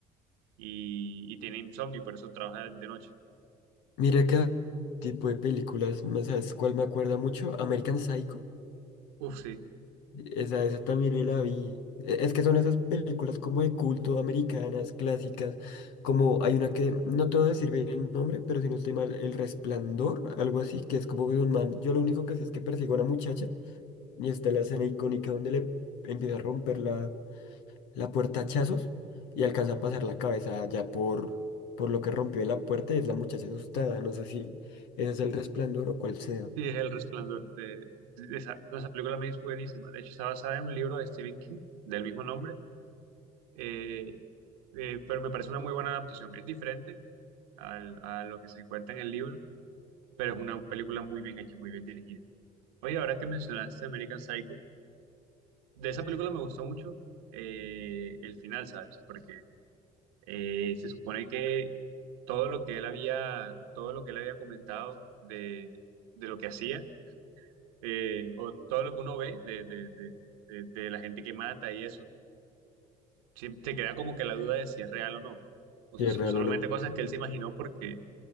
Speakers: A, on the right; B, on the left.
A: y- y tiene insomnio y por eso trabaja de noche.
B: Mira que tipo de películas, ¿no sabes cuál me acuerda mucho? American Psycho.
A: Uf, sí,
B: Esa, esa también me la vi. E- Es que son esas películas como de culto, americanas, clásicas. Como hay una que, no te voy a decir bien el nombre, pero si no estoy mal, El Resplandor, algo así, que es como de un man. Yo lo único que sé es que persigue a una muchacha y está la escena icónica donde le empieza a romper la la puerta a hachazos y alcanza a pasar la cabeza ya por, por lo que rompió la puerta y es la muchacha asustada. No sé si ese es el resplandor o cuál sea.
A: sí, es El Resplandor. De, de esa, de esa película me es buenísima. De hecho, está basada en un libro de Stephen King del mismo nombre Eh, eh, pero me parece una muy buena adaptación. Es diferente al- a lo que se encuentra en el libro, pero es una película muy bien hecha, muy bien dirigida. Oye, ahora que mencionaste American Psycho, de esa película me gustó mucho eh, el final, ¿sabes? Porque eh, se supone que todo lo que él había, todo lo que él había comentado de, de lo que hacía, eh, o todo lo que uno ve de, de de- de- de la gente que mata y eso Sí, te queda como que la duda de si es real o no, o
B: Si
A: si
B: es
A: son
B: real
A: solamente
B: o no.
A: cosas que él se imaginó porque